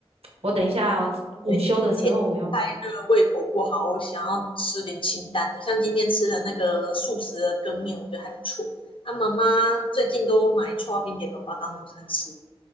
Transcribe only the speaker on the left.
我吗？最近天气太热，胃口不好，我想要吃点清淡的。像今天吃的那个素食的羹面，我觉得还不错。那妈妈最近都买刨冰给爸爸当午餐吃。